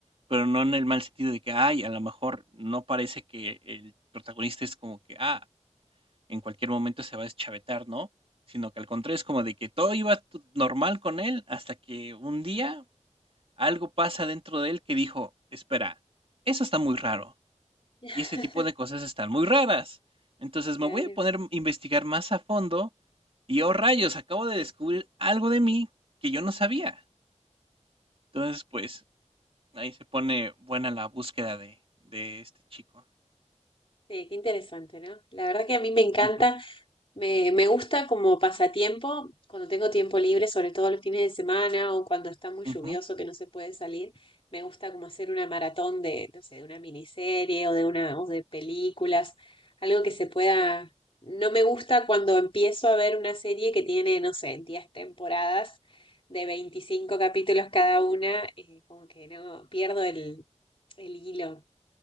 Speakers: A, on the right; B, on the left.
A: pero no en el mal sentido de que, ay, a lo mejor no parece que el protagonista es como que, ah, en cualquier momento se va a deschavetar, ¿no? Sino que al contrario es como de que todo iba t- normal con él hasta que un día algo pasa dentro de él que dijo, espera, eso está muy raro
B: <laughs>
A: y este tipo de cosas están muy raras. Entonces
B: Claro.
A: me voy a poner a investigar más a fondo y oh rayos, acabo de descubrir algo de mí que yo no sabía. Entonces, pues ahí se pone buena la búsqueda de, de este chico.
B: Sí, qué interesante, ¿no? La verdad que a mí me encanta.
A: Ujú,
B: Me, me gusta como pasatiempo, cuando tengo tiempo libre, sobre todo los fines de semana o cuando está muy
A: ujú,
B: lluvioso que no se puede salir, me gusta como hacer una maratón de, no sé, de una miniserie o de una, o de películas, algo que se pueda. No me gusta cuando empiezo a ver una serie que tiene, no sé, 10 temporadas de 25 capítulos cada una, eh, como que no pierdo el, el hilo